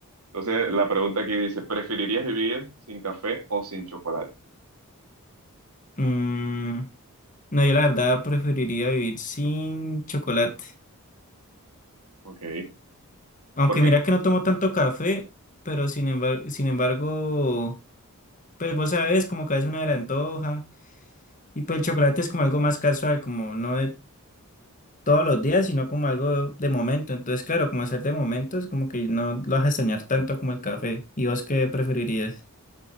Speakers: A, on the right; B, on the left.
A: entonces la pregunta aquí dice, ¿preferirías vivir sin café o sin chocolate?
B: Mm, no, yo la verdad preferiría vivir sin chocolate.
A: Ok,
B: Aunque
A: ¿por qué?
B: mira que no tomo tanto café, pero sin embargo, sin embargo. Pues vos sabes, como que a veces uno se antoja. Y pues el chocolate es como algo más casual, como no de todos los días, sino como algo de momento. Entonces, claro, como hacer de momento es como que no lo vas a extrañar tanto como el café. ¿Y vos qué preferirías?